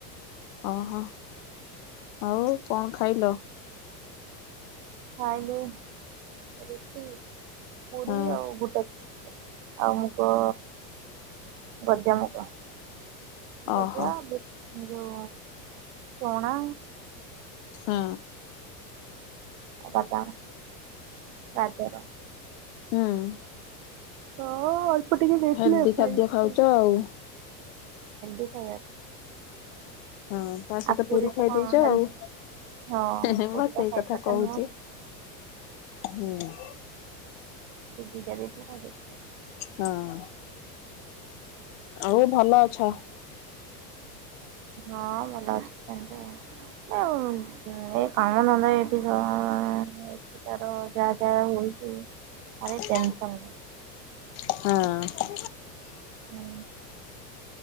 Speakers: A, on the left; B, on the right.
A: ଓହୋ। ଆଉ କଣ ଖାଇଲ?
B: ଖାଇଲି ରୁଟି ପୁରୀ
A: ହଁ
B: ଆଉ ବୁଟ ଆଉ ମୁଗ ଗଜା ମୁଗ। ଗଜା
A: ଓହୋ
B: ବୁ ଯଉ ଚଣା।
A: ହଁ।
B: ଅଦା, ଗାଜର।
A: ହୁଁ
B: ହଁ ଅଳ୍ପ ଟିକେ ଦେଥିଲେ
A: ହେଲ୍ଦି
B: ଆଉ ଖାଇଦେଇ
A: ଖାଦ୍ୟ ଖାଉଛ ଆଉ
B: ଥିଲି ଆଉ।
A: ହଁ। ତା ସହିତ
B: ଆଉ
A: ପୁରୀ ଖାଇ
B: ଟା କଣ
A: ଦେଇେଛ
B: ହେଲ୍ଦି
A: ଆଉ।
B: ହଁ
A: ମୁଁ
B: ପୁରୀଟା
A: ପା ସେଇ
B: ଖାଇବା
A: କଥା କୋହୁଚି।
B: ନୁହଁ
A: ହୁଁ।
B: ସେ ଦୁଇଟା ଦେଇଥିଲା ଖାଇଦୋଉଚି।
A: ହଁ ଆଉ ଏ ଭଲ ଅଛ?
B: ହଁ ଭଲ ଅଛ ସେମିତି ଆଉ। ଉଁ ଏ <inaudible> ତାର ଯାଆ ଯାଆ ହୋଉଚି ଭାରି ଟେନସନ
A: ଅଛ?
B: ଲଗୁଚି।
A: ହଁ।
B: ହୁଁ।